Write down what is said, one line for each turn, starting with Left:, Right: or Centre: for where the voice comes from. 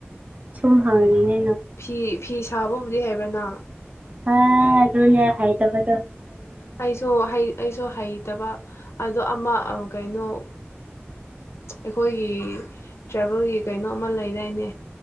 Right: ꯁꯨꯝ ꯍꯪꯉꯅꯦ
Left: ꯐꯤ ꯐꯤ ꯁꯥꯕꯕꯨꯗꯤ ꯍꯥꯏꯕ꯭ꯔꯅ
Right: ꯍꯥ ꯑꯗꯨꯅꯦ ꯈꯥꯏ ꯇꯕꯗꯨꯣ
Left: ꯑꯩꯁꯨ ꯑꯩꯁꯨ ꯍꯩꯇꯕ ꯑꯗꯣ ꯑꯃ ꯀꯩꯅꯣ ꯑꯩꯈꯣꯏꯒꯤ ꯇ꯭ꯔꯥꯏꯚꯦꯜꯒꯤ ꯀꯩꯅꯣ ꯑꯃ ꯂꯩꯗꯥꯏꯅꯦ